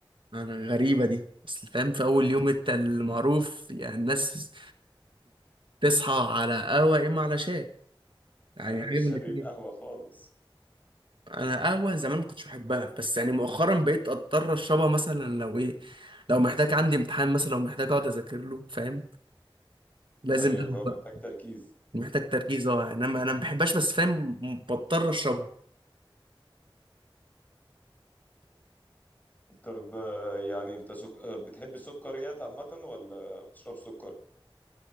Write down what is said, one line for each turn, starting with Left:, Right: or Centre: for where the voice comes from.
Right: انا غريبة دي اصل فاهم في اول يوم انت المعروف يعني الناس بتصحى على قهوة يا إما على شاي يعني
Left: أنا
Right: حاجة
Left: مش شريف
Right: من الاتنين
Left: قهوة خالص
Right: أنا قهوة زمان ما كنتش بحبها بس يعني مؤخرا بقيت أضطر أشربها مثلا لو إيه لو محتاج عندي امتحان مثلا لو محتاج أقعد أذاكر له فاهم لازم
Left: ايوه
Right: قهوة
Left: لو
Right: بقى
Left: محتاج تركيز
Right: محتاج تركيز أه يعني أنا أنا ما بحبهاش بس فاهم بضطر أشربها
Left: طب آه، يعني انت سك... آه، بتحب السكريات عامة ولا بتشرب سكر؟